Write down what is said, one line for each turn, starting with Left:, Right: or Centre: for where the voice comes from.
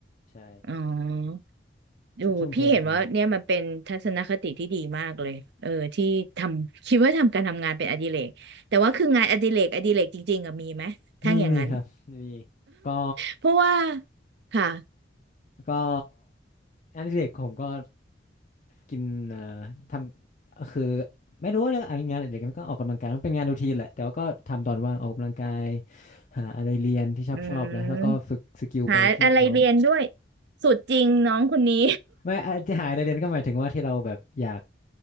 Left: ใช่
Right: อ๋อ ดูพี่เห็นว่าเนี่ยมันเป็นทัศนคติที่ดีมากเลยเออที่ทำคิดว่าทำการทำงานเป็นอดิเรกแต่ว่าคืองานอดิเรกอดิเรกจริงๆอะมีไหมถ้าอย่างนั้น
Left: ก็ทุ่มเทกับงานมีมีครับมีก็
Right: เพราะว่าค่ะ
Left: ก็งานอดิเรกผมก็กินเอ่อทำคือไม่รู้ว่าเรื่องงานอดิเรกมันก็ออกกำลังกายมันเป็นงานรูทีนแหละแต่ว่าก็ทำตอนว่างออกกำลังกายหาอะไรเรียนที่ชอบชอบนะแล้วก็ฝึกสกิลไปที่เรา
Right: อืมหาอะไรเรียนด้วยสุดจริงน้องคนนี้
Left: ไม่อาจจะหาอะไรเรียนก็หมายถึงว่าที่เราแบบอยาก